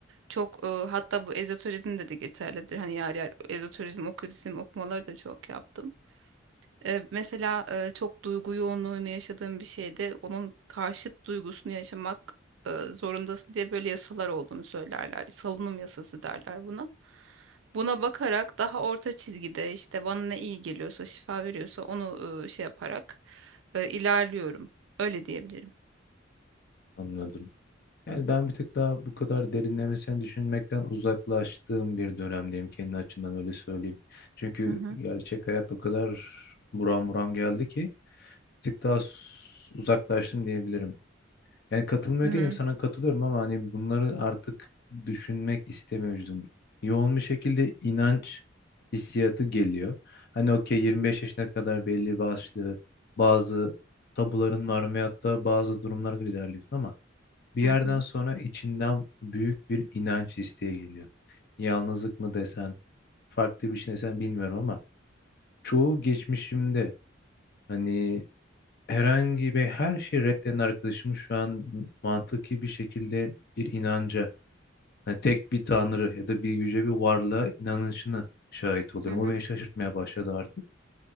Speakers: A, on the right; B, on the left.
A: çok eee, hatta bu ezoterizm de de geçerlidir. Hani yer yer ezoterizm, okültizm okumaları da çok yaptım. E, mesela e, çok duygu yoğunluğunu yaşadığın bir şeyde onun karşıt duygusunu yaşamak e, zorundasın diye böyle yasalar olduğunu söylerler. Salınım yasası derler buna. Buna bakarak daha orta çizgide işte bana ne iyi geliyorsa, şifa veriyorsa onu e, şey yaparak e, ilerliyorum. Öyle diyebilirim.
B: Anladım. Yani ben bir tık daha bu kadar derinlemesine düşünmekten uzaklaştığım bir dönemdeyim kendi açımdan öyle söyleyeyim. Çünkü
A: Hı hı.
B: gerçek hayat o kadar buram buram geldi ki bir tık daha s- uzaklaştım diyebilirim. Yani katılmıyor
A: Hı hı.
B: değilim sana katılıyorum ama hani bunları artık düşünmek istemiyor vücudum. Yoğun bir şekilde inanç hissiyatı geliyor. Hani okey 25
A: Hı hı.
B: yaşına kadar belli başlı bazı tabuların var veyahut da bazı durumlar ilerliyorsun ama bir
A: Hı
B: yerden
A: hı.
B: sonra içinden büyük bir inanç isteği geliyor. Yalnızlık mı desen, farklı bir şey desen bilmiyorum ama çoğu geçmişimde hani herhangi bir her şeyi reddeden arkadaşım şu an mantıki bir şekilde bir inanca, hani tek bir tanrı ya da bir yüce bir varlığa inanışını şahit oluyorum.
A: Hı hı.
B: O beni şaşırtmaya başladı artık.